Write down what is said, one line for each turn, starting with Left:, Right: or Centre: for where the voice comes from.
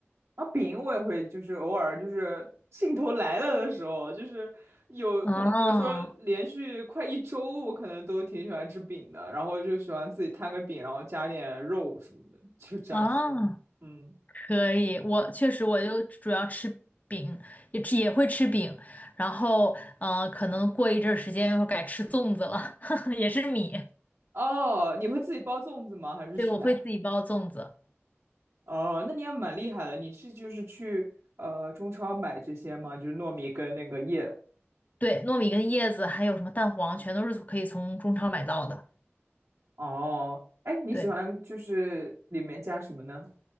Right: 啊，饼我也会，就是偶尔就是兴头来了的时候，就是有可能，
Left: 哦
Right: 比如说连续快一周，我可能都挺喜欢吃饼的，然后就喜欢自己摊个饼，然后加点肉什么的，就这样吃。
Left: 哦，
Right: 嗯，
Left: 可以。我确实我就主要吃饼，也吃也会吃饼。然后呃，可能过一阵儿时间要改吃粽子了，<laughs> 也是米。
Right: 哦，你会自己包粽子吗？还是去买？
Left: 对，我会自己包粽子。
Right: 哦，那你也蛮厉害的，你是就是去呃中超买这些吗？就是糯米跟那个叶。
Left: 对，糯米跟叶子还有什么蛋黄，全都是可以从中超买到的。
Right: 哦，哎，你喜欢就是里面加什么呢？
Left: 对，